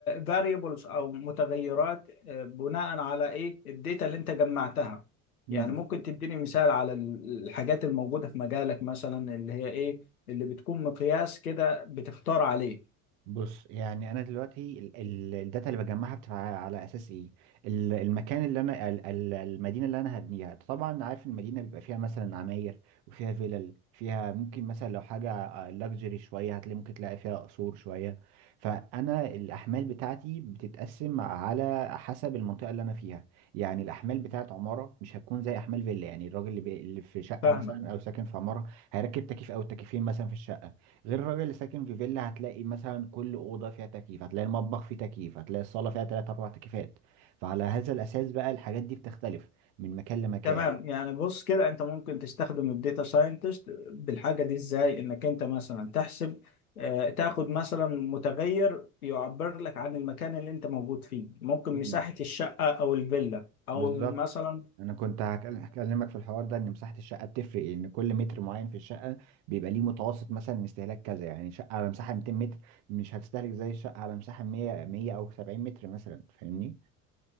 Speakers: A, on the left (about 85°); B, on the right (about 60°).
A: فاريبلز أو متغيرات آه، بناء على إيه الداتا اللي أنت جمعتها
B: مم.
A: يعني ممكن تديني مثال على ال- الحاجات الموجودة في مجالك مثلا اللي هي إيه اللي بتكون مقياس كده بتختار عليه
B: بص يعني انا دلوقتي ال- ال- الداتا اللي بجمعها بتبقى على اساس ايه ال- المكان اللي انا ال- ال- المدينه اللي انا هبنيها طبعا عارف المدينه بيبقى فيها مثلا عماير وفيها فيلل فيها ممكن مثلا لو حاجه لاكجري شويه هتلاقي ممكن تلاقي فيها قصور شويه فانا الاحمال بتاعتي بتتقسم على حسب المنطقه اللي انا فيها يعني الاحمال بتاعت عماره مش هتكون زي احمال فيلا يعني الراجل اللي, بي... اللي في شقه
A: فاهمك
B: مثلا او ساكن في عماره هيركب تكييف او تكييفين مثلا في الشقه غير الراجل اللي ساكن في فيلا هتلاقي مثلا كل اوضه فيها تكييف هتلاقي المطبخ فيه تكييف هتلاقي الصاله فيها ثلاث اربع تكييفات فعلى هذا الاساس بقى الحاجات دي بتختلف من مكان لمكان
A: تمام يعني بص كده انت ممكن تستخدم الداتا ساينتست بالحاجه دي ازاي انك انت مثلا تحسب آه، تاخد مثلا متغير يعبر لك عن المكان اللي انت موجود فيه ممكن
B: مم.
A: مساحه الشقه او الفيلا او
B: بالظبط
A: مثلا
B: انا كنت هكل- هكلمك في الحوار ده ان مساحه الشقه بتفرق ان كل متر معين في الشقه بيبقى ليه متوسط مثلا استهلاك كذا يعني شقه على مساحه 200 متر مش هتستهلك زي الشقه على مساحه 100 100 او 70 متر مثلا فاهمني